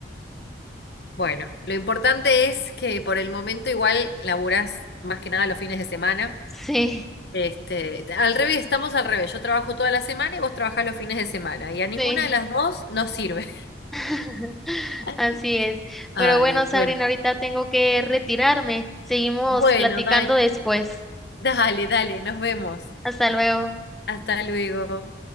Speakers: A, on the left; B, in the centre.
A: Bueno, lo importante es que por el momento igual laburás más que nada los fines de semana.
B: Sí,
A: Este, al revés, estamos al revés. Yo trabajo toda la semana y vos trabajás los fines de semana. Y a ninguna
B: sí,
A: de las dos nos sirve.
B: <laughs>
A: <laughs>
B: así es.
A: Ay,
B: Pero bueno,
A: Dios.
B: Sabrina,
A: bueno.
B: ahorita tengo que retirarme. Seguimos
A: Bueno,
B: platicando
A: dai-
B: después.
A: dale, dale, nos vemos.
B: Hasta luego.
A: Hasta luego.